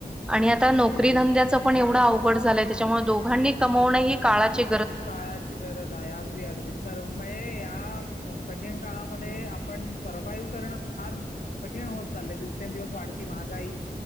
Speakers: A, in the centre; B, on the left.
A: आणि आता नोकरी
B: अगदीच.
A: धंद्याच पण एवढं अवघड झालंय. त्याच्यामुळे दोघांनी कमवण काळाचे
B: काळाची गरज आहे अगदी अगदी सर्व म्ह या कठीण काळामध्ये आपण सर्वाईव्ह करणं फार कठीण होत चाललंय दिवसेंदिवस वाढती महागाई